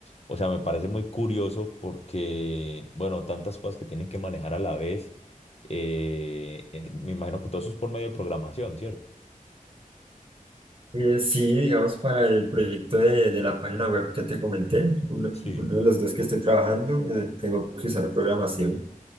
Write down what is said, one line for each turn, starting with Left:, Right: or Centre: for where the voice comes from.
Left: o sea, me parece muy curioso porque, bueno, tantas cosas que tienen que manejar a la vez. eh, eh, me imagino que todo eso es por medio de programación, ¿cierto?
Right: Eh, sí, digamos, para el proyecto de, de la página web que te comenté, uno,
Left: Sí.
Right: uno de los dos que estoy trabajando, eh, tengo que usar programación